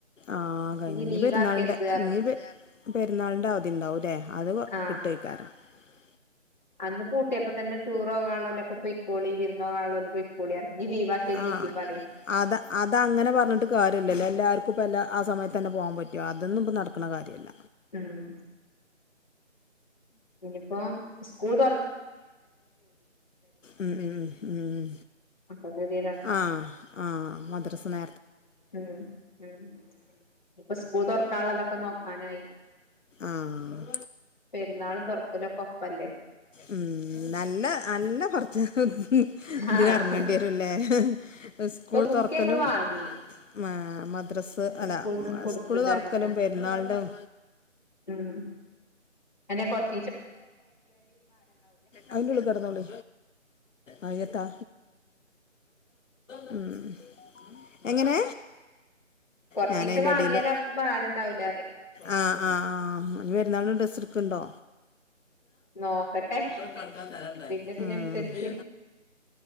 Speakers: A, on the left; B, on the left.
A: ആ കി
B: ഇനി
A: ഇഞ്ഞ്
B: ലീവ്
A: പെരുന്നാളിന്റെ
B: ആക്കരുത് പറഞ്ഞ്
A: ഇഞ് പെരുന്നാളിന്റെ അവധി ഉണ്ടാവുംല്ലേ അത്
B: ആഹ്
A: കിട്ട വർകാരം <unintelligible>
B: അന്ന് പൂട്ടിയപ്പോ തന്നെ ടൂർ പോകാനുള്ളോലൊക്കെ പൊയ്ക്കോളി വിരുന്ന് പോകാനുള്ളോല് പൊയ്ക്കോളി പറഞ്ഞ് ഇനി ലീവാക്കിയാ ചീത്തയും
A: ആ
B: പറയും
A: അത അതങ്ങനെ പറഞ്ഞിട്ട് കാര്യല്ലല്ലോ എല്ലാർക്കും എല്ല ആ സയത്ത് തന്നെ പോവാൻ പറ്റും ആയോ അതൊന്നും ഇപ്പ നടക്കണ കാര്യല്ല
B: ഉം ഇനിയിപ്പോ സ്കൂള്
A: ഉ ഉ ഉ
B: അപ്പൊ ഗതികേടാണ്
A: ആ ആ മദ്രസ നെ
B: ഉം ഉ ഇപ്പൊ സ്കൂൾ തുറക്കാനുള്ളതൊക്കെ നോക്കാനായി
A: ആഹ്
B: പെരുന്നാളും തുറക്കലക്കെ ഒപ്പല്ലേ
A: ഉം നല്ല നല്ല കുറച്ച് ഇതിനെ
B: ആഹ്
A: ഇറങ്ങേണ്ടി വരുംല്ലേ സ്കൂൾ
B: ഇപ്പൊ ബുക്ക്
A: തുറക്കലും
B: ഞങ്ങള് വാങ്ങി
A: മ മ ഡ്രസ്സ് അല്ല
B: സ്കൂളിന്ന് കൊടുക്കണ്ടായിരന്നപ്പോ
A: സ്കൂള് തുറക്കലും പെരുന്നാളും
B: ഉം അന്നെ കൊറച്ച്
A: അയിന്റെ ഉള്ളിൽ കെടന്നൊളി ആയേനെന്താ <unintelligible> എങ്ങനെ
B: കൊറച്ചീച്ച
A: ഞാന് അയിന്റെ
B: വാങ്ങിയാല്
A: ഇടയില്
B: അപ്പൊ ഭാരണ്ടാവൂല അറിയ
A: ആഹ് ആ ആ ഇനി പെരുന്നാളിന് ഡ്രസ് എടുക്കണ്ടോ
B: നോക്കട്ടെ
A: കടക്കാൻ സ്ഥലണ്ടായി
B: ഇന്നതിനനുസരിച്ച്
A: ആഹ്